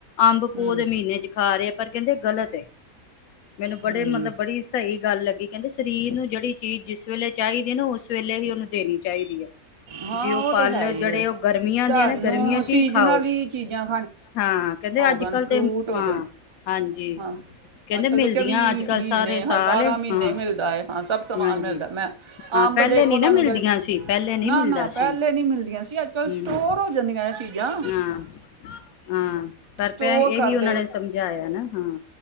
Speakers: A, on the left (about 75°); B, on the right (about 40°).
A: ਅੰਬ
B: ਹੂੰ
A: ਪੋਹ ਦੇ ਮਹੀਨੇ ਖਾ ਰਹੇ ਆ ਪਰ ਕਹਿੰਦੇ ਗਲਤ ਮੈਨੂੰ ਬੜੇ
B: ਹੂੰ
A: ਮਤਲਬ ਬੜੀ ਸਹੀ ਗੱਲ ਲੱਗੀ ਕਹਿੰਦੇ ਸਰੀਰ ਨੂੰ ਜਿਹੜੀ ਚੀਜ਼ ਜਿਸ ਵੇਲੇ ਚਾਹੀਦੀ ਨਾ ਉਸ ਵੇਲੇ ਹੀ ਉਹਨੂੰ ਦੇਣੀ ਚਾਹੀਦੀ ਹੈ
B: ਹਾਂ
A: ਜੇ ਉਹ ਫਲ
B: ਤੇ ਹੈ ਹੀ
A: ਜਿਹੜੇ
B: ਹੈ
A: ਉਹ ਗਰਮੀਆਂ
B: ਸਾਨੂੰ
A: ਦੇ ਆ ਨਾ ਗਰਮੀਆਂ ਚ
B: ਸੀਜ਼ਨਲੀ
A: ਹੀ ਖਾਓ
B: ਚੀਜ਼ਾਂ
A: ਹਾਂ ਕਹਿੰਦੇ ਅੱਜ
B: <unintelligible>
A: ਕੱਲ
B: ਫਰੂਟ
A: ਤੇ ਹਾਂ
B: ਜਾ
A: ਹਾਂਜੀ
B: ਹਾਂ
A: ਕਹਿੰਦੇ
B: ਅੱਜ ਕੱਲ੍ਹ
A: ਮਿਲਦੀਆਂ
B: ਤਾਂ ਚੌਵੀ
A: ਅੱਜ ਕੱਲ
B: ਮਹੀਨੇ
A: ਸਾਰੇ ਸਾਲ
B: ਬਾਰਾਂ
A: ਹਾਂ
B: ਮਹੀਨੇ ਮਿਲਦਾ ਹੈ ਹਾਂ ਸਭ ਸਮਾਨ
A: ਹਾਂਜੀ
B: ਮਿਲਦਾ ਮੈਂ
A: ਹਾਂ
B: ਅੰਬ
A: ਪਹਿਲੇ
B: ਦੇਖੋ
A: ਨੀ
B: ਤੁਹਾਨੂੰ
A: ਨਾ ਮਿਲਦੀਆਂ ਸੀ ਪਹਿਲੇ ਨੀ
B: ਨਾ
A: ਮਿਲਦਾ
B: ਨਾ ਪਹਿਲੇ
A: ਸੀ।
B: ਨਹੀਂ ਮਿਲਦੀਆਂ ਸੀ ਅੱਜ ਕੱਲ੍ਹ
A: ਹੂੰ
B: ਸਟੋਰ ਹੋ ਜਾਂਦੀਆਂ ਚੀਜ਼ਾਂ
A: ਹਾਂ ਹਾਂ ਪਰ
B: ਸਟੋਰ
A: ਪ ਇਹੀ
B: ਕਰਦਾ
A: ਉਹਨਾਂ ਨੇ ਸਮਝਾਇਆ ਨਾ ਹਾਂ